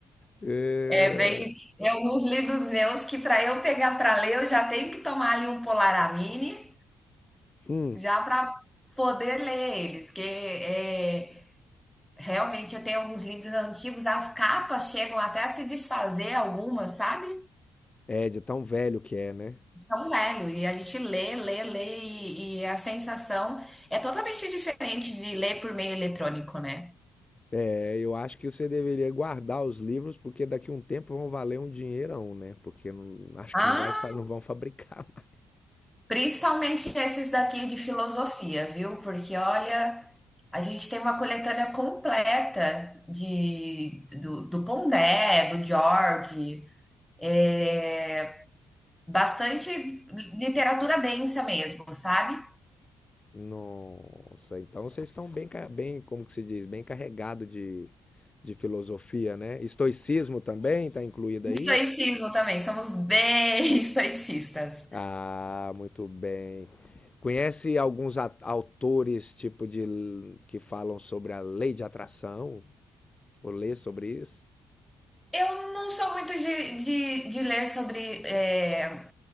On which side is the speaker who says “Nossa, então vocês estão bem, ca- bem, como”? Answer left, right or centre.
Left